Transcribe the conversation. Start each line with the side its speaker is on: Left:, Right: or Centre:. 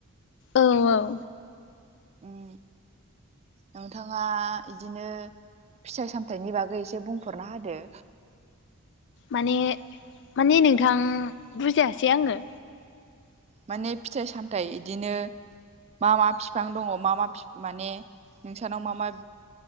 Left: औ औ
Right: उम नोंथाङा इदिनो फिथाइ सामथाइनि बागै एसे बुंफोरन होदो
Left: माने माने नोंथां बुजायासै आङो?
Right: माने फिथाइ सामथायाइ बिदिनो मा मा बिफां दङ मा मा माने नोंसनाव मा मा